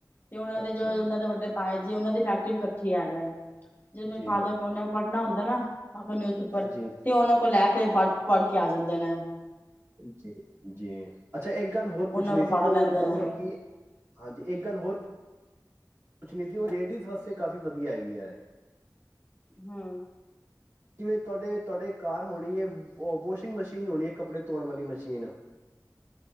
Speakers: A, on the left (about 25°); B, on the right (about 35°).
A: ਤੇ ਉਹਨਾਂ
B: ਅੱਛਾ
A: ਦੇ ਜੋ
B: ਜੀ
A: ਉਹਨਾਂ ਦੇ ਵੱਡੇ ਪਾਏ ਜੇ ਉਹਨਾਂ ਦੀ ਫੈਕਟਰੀ ਵੀ ਇਕੱਠੀ ਹੈ ਗੀ ਜਿਹੜੇ ਮੇਰੇ
B: ਜੀ
A: ਫਾਦਰ ਇਨ ਲਾ ਨੇ ਪੜਨਾ ਹੁੰਦਾ ਤੇ ਨਾ ਨਿਊਜ਼ ਪੇਪਰ,
B: ਜੀ
A: ਤੇ ਉਹਨਾਂ ਕੋਲ ਲੈ ਕੇ ਪੇ ਪੜ੍ਹ ਪੜ੍ਹ ਕੇ ਆ ਜਾਂਦੇ ਨੇ
B: ਜੀ ਜੀ ਅੱਛਾ ਇੱਕ ਗੱਲ ਹੋਰ
A: ਉਹਨਾਂ
B: ਪੁੱਛਣੀ
A: ਕੋਲ
B: ਸੀ
A: ਪੜ੍ਹ
B: ਜੋ
A: ਲੈਂਦੇ
B: ਮਤਲਬ
A: ਨੇ
B: ਕਿ ਹਾਂਜੀ ਇੱਕ ਗੱਲ ਹੋਰ ਕੁਛ ਨੀ ਤੀ, ਔ ਲੇਡੀਜ਼ ਵਾਸਤੇ ਕਾਫ਼ੀ ਵਧੀਆ ਹੈਗੀ ਹੈ
A: ਹੂ
B: ਜਿਵੇਂ ਤੁਹਾਡੇ ਤੁਹਾਡੇ ਘਰ ਹੋਣੀ ਹੈ, ਵੋਸ਼ਿੰਗ ਮਸ਼ੀਨ ਹੋਣੀ ਹੈ ਕੱਪੜੇ ਧੋਣ ਵਾਲੀ ਮਸ਼ੀਨ